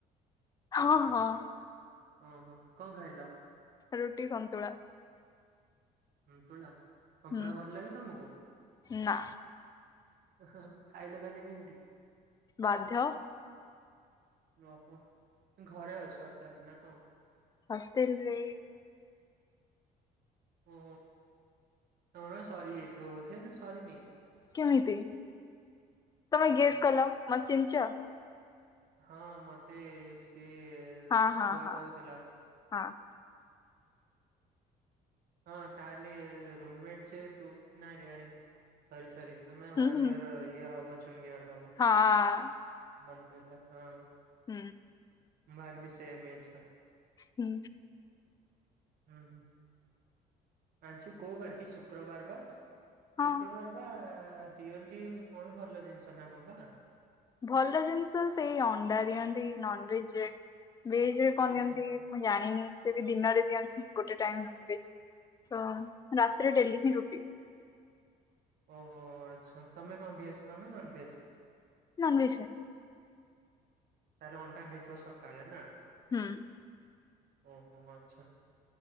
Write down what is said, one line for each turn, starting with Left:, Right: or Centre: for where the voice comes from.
Left: ହଁ ହଁ।
Right: ଓହୋ କଣ ଖାଇଲ?
Left: ରୁଟି ସନ୍ତୁଳା।
Right: ସନ୍ତୁଳା ସନ୍ତୁଳା
Left: ହୁଁ
Right: ଭଲ ଲାଗେ ତମକୁ
Left: ନା
Right: ଖାଇଲେ ତାହେଲେ କେମିତି?
Left: ବାଧ୍ୟ
Right: <unintelligible> ଘରେ ଅଛ ତାହଲେ ନା କଣ।
Left: ହଷ୍ଟେଲରେ।
Right: ଓ ତମର ପା ସରି ଯାଇଥିବ ବୋଧେ ନା ସରିନି?
Left: କେମିତି ତମେ
Right: ହୁଁ
Left: ଗେସ୍ କଲ ମତେ ଚିହ୍ନିଚ୍?
Right: ହଁ ମତେ ସିଏ
Left: ହଁ ହଁ
Right: ଶୁଆ
Left: ହଁ
Right: କହୁଥିଲା।
Left: ହଁ
Right: ହଁ ତାହେଲେ ରୁମମେଟ୍ ଯେହେତୁ ନାରେ ଆରେ ସରି ସରି ତମେ
Left: ହୁଁ
Right: ୱାନ୍
Left: ହୁଁ
Right: ଇୟର ଇଏ ହବ ଜୁନିୟର ହବ।
Left: ହଁ
Right: ମନେ ପଇଲା, ହଁ।
Left: ହୁଁ।
Right: ମୁଁ ଭାବିଲି ସେମ୍ ଏଜ୍ ର।
Left: ହୁଁ।
Right: ହୁଁ ଆଜି କୋଉ ବାର କି ଶୁକ୍ରବାର ବା।
Left: ହଁ
Right: ଶୁକ୍ରବାର ବା ଦିଅନ୍ତି କଣ ଭଲ ଜିନିଷ ନା କଣ ବା।
Left: ଭଲ ଜିନିଷ ସେଇ ଅଣ୍ଡା ଦିଅନ୍ତି ନନ ଭେଜରେ। ଭେଜ ରେ କଣ
Right: ଓହୋ।
Left: ଦିଅନ୍ତି ମୁଁ ଜାଣିନି। ସେ ବି ଦିନରେ ଦିଅନ୍ତି ଗୋଟେ ଟାଇମ୍ ନନ୍ ଭେଜ୍। ତ ରାତି ରେ ଡେଲି ହିଁ ରୁଟି।
Right: ଓହୋ ଆଚ୍ଛା ତମେ କଣ ଭେଜ ଖାଅ ନା ନନ୍ ଭେଜ?
Left: ନନ୍ ଭେଜ ଖାଏ।
Right: ତାହେଲେ ଅଣ୍ଡା ଖାଇଥିବ ସକାଳେ ନା।
Left: ହୁଁ।
Right: ଓହୋ, ଆଚ୍ଛା।